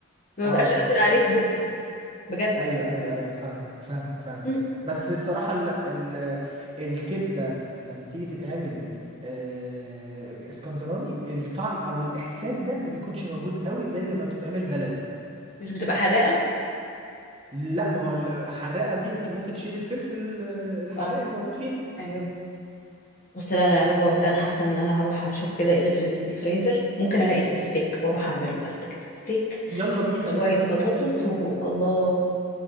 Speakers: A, on the left (about 40°); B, on the right (about 25°).
A: ما
B: اه
A: ببقاش قادر عليه في بقي بجد
B: ايوه ايوه ايوه فاهمك فاهمك فاهمك
A: <laughs>
B: بس بصراحة لا ال... الكبدة لما بتيجي تتعمل آه، اسكندراني الطعم او الاحساس ده ما بيكونش موجود قوي زي لما بتتعمل
A: مم.
B: بلدي
A: مش بتبقى حراقة
B: لا ما هو الحراقه دي انت ممكن تشيل الفلفل الحراق
A: اه
B: الموجود فيها
A: ايوه بس لا لا انا جوعت انا حاسه ان انا هروح اشوف كده ايه اللي في الفريزر ممكن الاقي ستيك واروح اعمله بس كده ستيك
B: يلا بينا
A: مع شويه
B: يلا بينا
A: بطاطس
B: روحي كلي
A: والله